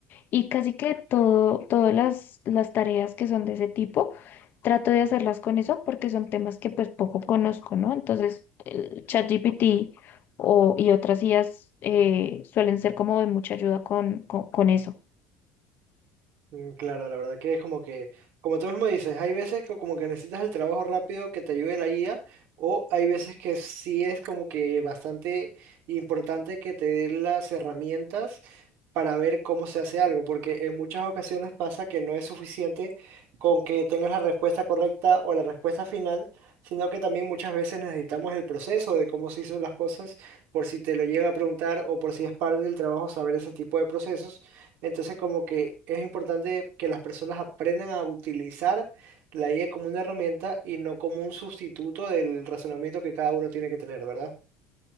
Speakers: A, on the left; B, on the right.
A: Y casi que todo, todas las, las tareas que son de ese tipo, trato de hacerlas con eso porque son temas que pues poco conozco, ¿no? Entonces, el ChatGPT o, y otras IAs eh, suelen ser como de mucha ayuda con, con, con eso.
B: Mm, Claro, la verdad que es como que, como tú mismo dices, hay veces que como que necesitas el trabajo rápido que te ayude la guía, o hay veces que sí es como que bastante importante que te dé las herramientas para ver cómo se hace algo, porque en muchas ocasiones pasa que no es suficiente con que tengas la respuesta correcta o la respuesta final, sino que también muchas veces necesitamos el proceso de cómo se hizo las cosas, por si te lo llegan a preguntar o por si es parte del trabajo saber ese tipo de procesos. Entonces, como que es importante que las personas aprendan a utilizar la IA como una herramienta y no como un sustituto del razonamiento que cada uno tiene que tener, ¿verdad?